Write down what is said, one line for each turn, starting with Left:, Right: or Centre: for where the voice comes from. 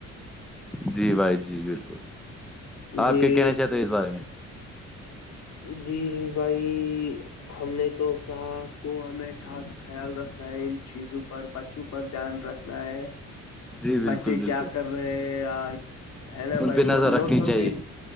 Centre: جی بھائی جی بالکل آپ
Left: جی
Centre: کیا کہنا چاہتے ہو اس بارے میں
Left: جی بھائی ہم نے تو کہا آپ کو ہمیں خاص خیال رکھنا ہے ان چیزوں پر اوپر دھیان رکھنا ہے
Centre: جی بالکل
Left: بچے
Centre: بالکل
Left: کیا کر رہے آج ہے نا
Centre: ان
Left: بھائی
Centre: پہ
Left: اور
Centre: نظر رکھنی
Left: موسم
Centre: چاہیے
Left: بھی